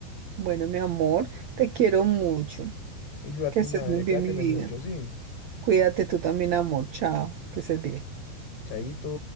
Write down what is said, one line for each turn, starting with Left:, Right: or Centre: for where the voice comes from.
Right: Bueno, mi amor, te quiero mucho.
Left: Y yo a
Right: Que
Left: ti,
Right: estés
Left: madre,
Right: muy bien,
Left: cuídateme
Right: mi vida.
Left: mucho, sí.
Right: Cuídate tú también, amor. Chao. Que estés bien.
Left: Chaito.